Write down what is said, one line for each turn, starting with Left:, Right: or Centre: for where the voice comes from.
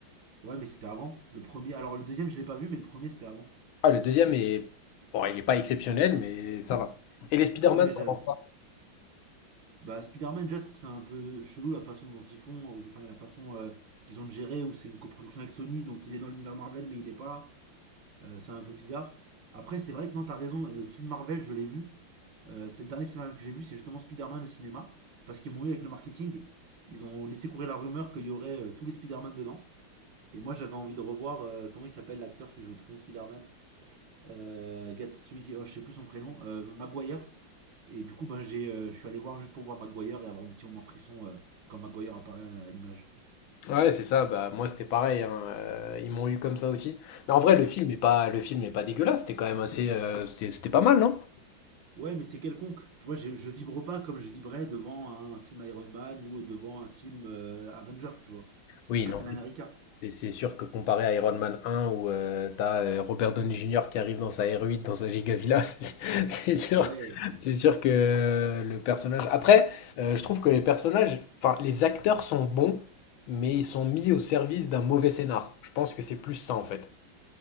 Right: Ouais, mais c'était avant. Le premier, alors le deuxième, je l'ai pas vu, mais le premier, c'était avant.
Left: Ah, le deuxième est. Bon, il est pas exceptionnel, mais ça va. Et les Spider-Man,
Right: Ouais, mais j'ai-
Left: t'en penses quoi?
Right: bah, Spider-Man, déjà, je trouve que c'est un peu chelou la façon dont ils font, ou- enfin la façon euh, qu'ils ont de gérer, où c'est une coproduction avec Sony, donc il est dans l'univers Marvel, mais il est pas. Euh, c'est un peu bizarre. Après, c'est vrai que non, t'as raison, le film Marvel, je l'ai vu. Euh, c'est le dernier film Marvel que j'ai vu, c'est justement Spider-Man au cinéma, parce qu'ils m'ont eu avec le marketing. Ils ont laissé courir la rumeur qu'il y aurait euh, tous les Spider-Man dedans. Et moi, j'avais envie de revoir, euh, comment il s'appelle l'acteur qui joue le premier Spider-Man Euh, Gatwick, oh, je sais plus son prénom, euh, Maguire. Et du coup, ben, j'ai, euh, je suis allé voir juste pour voir Maguire et avoir un petit moment frisson euh, quand Maguire apparaît à l'image.
Left: Ouais, c'est ça, bah moi c'était pareil, hein, euh, ils m'ont eu comme ça aussi. Mais en vrai, le film est pas, le film est pas dégueulasse, c'était quand même assez. euh, c'était c'était pas mal, non?
Right: Ouais, mais c'est quelconque. Tu vois, je, je vibre pas comme je vibrais devant un film Iron Man ou devant un film euh, Avenger, tu vois.
Left: Oui,
Right: Ou Captain
Left: non.
Right: America.
Left: C'est c'est c'est sûr que comparé à Iron Man 1 où euh, t'as euh, Robert Downey Jr. qui arrive dans sa R8, dans sa Gigavilla, <laughs> c'est c'est sûr,
Right: Ouais.
Left: c'est sûr que euh, le personnage. Après, euh, je trouve que les personnages, enfin les acteurs sont bons, mais ils sont mis au service d'un mauvais scénar. Je pense que c'est plus ça en fait.